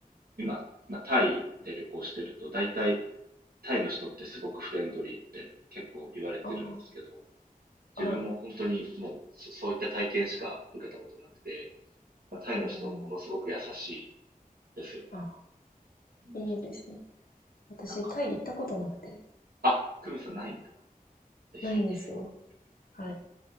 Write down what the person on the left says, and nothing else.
ああ、
はい、
うんうん、
あ
いいですね。私、
タイ行ったことなくて、
ないんですよ。はい。